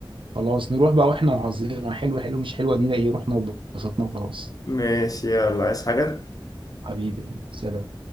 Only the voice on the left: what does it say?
ماشي يلا عايز حاجه